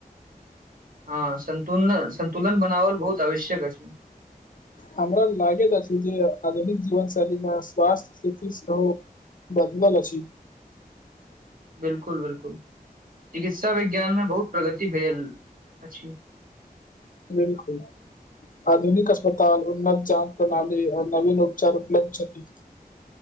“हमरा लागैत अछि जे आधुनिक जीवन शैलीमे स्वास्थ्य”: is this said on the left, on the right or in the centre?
Left